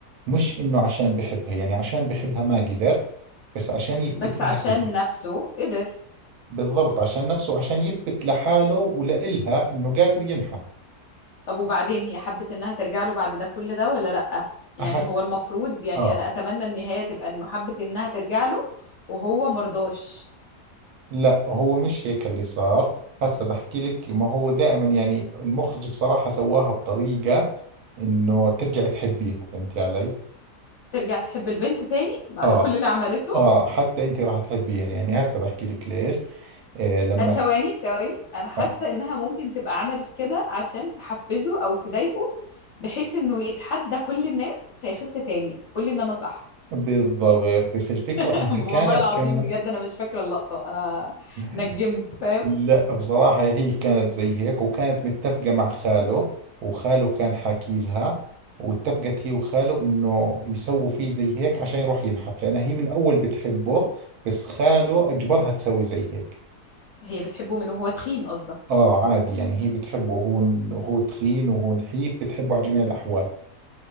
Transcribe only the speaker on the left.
بس
عشان
نفسه قدر
طب وبعدين هي حبت انها ترجع له بعد ده كل ده ولا لأ يعني
هو المفروض يعني
انا اتمنى النهاية تبقى انه حبت انها ترجع له وهو مرضاش
ترجع تحب البنت تاني بعد
كل اللي عملته
ثواني ثواني انا حاسة
انها ممكن تبقى عملت كده عشان تحفزه او تضايقه بحيث انه يتحدى كل الناس فيخس تاني قولي ان انا صح
<laughs>
والله
العظيم
بجد انا مش فاكرة اللقطة انا
نجمت فاهم
هي بتحبه من وهو تخين قصدك